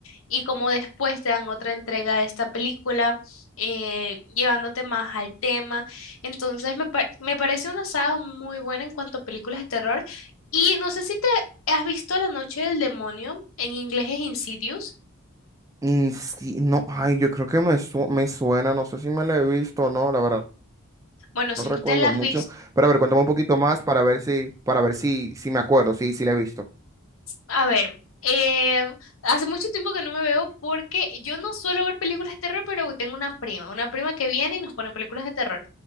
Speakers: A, on the left; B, on the right.
A: y como después te dan otra entrega de esta película, eh, llevándote más al tema. Entonces, me, par- me parece una saga muy buena en cuanto a películas de terror y no sé si te has visto La Noche del Demonio, en inglés es Insidious.
B: Mm, sí, no, ay, yo creo que me, su- me suena, no sé si me la he visto o no, la verdad.
A: Bueno, si
B: no recuerdo
A: no te las
B: mucho.
A: has visto,
B: Pero a ver, cuéntame un poquito más para ver si, para ver si, si me acuerdo, si, si la he visto.
A: a ver, eh, hace mucho tiempo que no me veo porque yo no suelo ver películas de terror, pero tengo una prima, una prima que viene y nos pone películas de terror.